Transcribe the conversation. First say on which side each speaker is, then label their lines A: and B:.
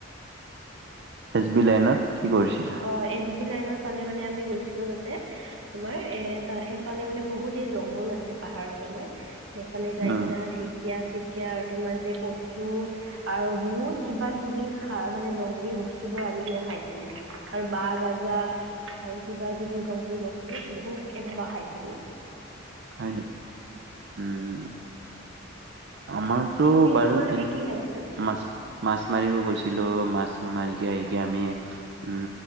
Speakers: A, on the right; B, on the right.
A: এছ বি লাইনত কি কৰিছিল?
B: অ এছ বি লাইনৰ ফালে মানে আমি গৈছিলো তাতে। তোমাৰ এ ত সেইফালে মানে বহুতে জংঘল আছে পাহাৰৰ ফালে। সেইফালে যাই
A: উম
B: কিনা ঢেকীয়া-চেকীয়া আৰু তোমাৰ যে কচু আৰু বহুত কিবা-কিবি খা মানে জংলী বস্তুবোৰ আনি কিনে খাইছিল। আৰু বাঁহ গাজা আৰু কিবা-কিবি জংগলী বস্তু বহুত এনেকুৱা খাইছিলো।
A: হয় নেকি? উম আমাৰ টো
B: তুমি
A: বাৰু
B: তোমালোকে
A: তেনে
B: কি খাইছিলা
A: মাছে মাছ মাৰিব গৈছিলো। মাছ মাৰিকে আহিকে আমি উম